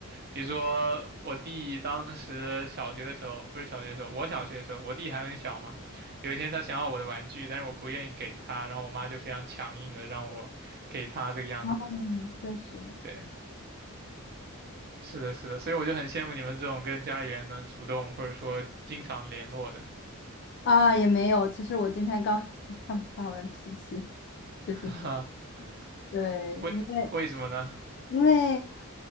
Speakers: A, on the right (about 45°); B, on the left (about 50°).
A: 比如说我弟当时小学的时候，不是小学的时候，我小学的时候，我弟还很小嘛，有一天他想要我的玩具，但是我不愿意给他，然后我妈就非常强硬的让我给他这个样子，
B: <laughs> 嗯，确实
A: 对。是的，是的，所以我就很羡慕你们这种跟家里人能主动或者说经常联络的，
B: 啊，也没有。其实我今天刚 <laughs> 给他们发完脾气，是是是，
A: <laughs>
B: 对，
A: 为为什么呢？
B: 因为因为